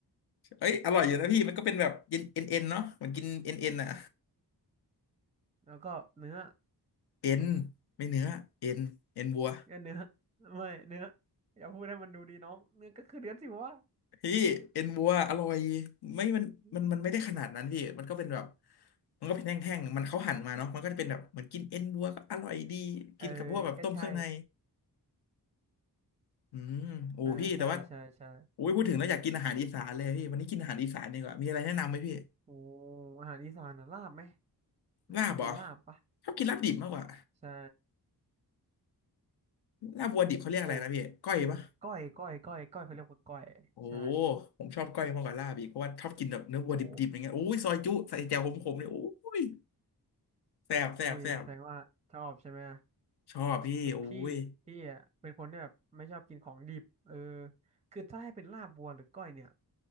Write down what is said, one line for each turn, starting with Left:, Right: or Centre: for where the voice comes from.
Left: เอ้ยอร่อยอยู่นะพี่มันก็เป็นแบบเย็นเอ็นเอ็นเนาะเหมือนกินเอ็นเอ็นอะ
Right: แล้วก็เนื้อ
Left: เอ็นไม่เนื้อเอ็นเอ็นวัว
Right: เนื้อเนื้อไม่เนื้ออย่าพูดให้มันดูดีน้องเนื้อก็คือเนื้อสิวะ
Left: พี่เอ็นวัวอร่อยไม่มันมันมันไม่ได้ขนาดนั้นพี่มันก็เป็นแบบ
Right: อืม
Left: มันก็เป็นแห้งๆมันเขาหั่นมาเนาะมันก็จะเป็นแบบเหมือนกินเอ็นวัวก็อร่อยดีกินกับพวกแบบต้มเครื่องใน
Right: เออก็ใช่
Left: อืมโอ้พี่แต่ว่า
Right: เออใช่ใช่ใช่
Left: โอ้ยพูดถึงแล้วอยากกินอาหารอีสานเลยพี่วันนี้กินอาหารอีสานดีกว่ามีอะไรแนะนำไหมพี่
Right: โอ้อาหารอีสานนะลาบไหม
Left: ลาบเหรอ
Right: เคยกินลาบปะ
Left: ชอบกินลาบดิบมากกว่า
Right: ใช่
Left: ลาบวัวดิบเขาเรียกอะไรนะพี่ก้อยปะ
Right: โอ้ก้อยก้อยก้อยก้อยเขาเรียกว่าก้อยใช่
Left: โอ้ผมชอบก้อยมากกว่าลาบอีกเพราะว่าชอบกินแบบเนื้อวัวดิบๆอย่างเงี้ยโอ้ยซอยจุใส่แจ่วขมๆเลยโอ้ย
Right: โอ้
Left: แซ่บแซ่บแซ่บ
Right: อุ้ยแสดงว่าชอบใช่ไหม
Left: ชอบพี่โอ้ย
Right: คือพี่พี่อ่ะเป็นคนที่แบบไม่ชอบกินของดิบเออคือถ้าให้เป็นลาบวัวหรือก้อยเนี่ย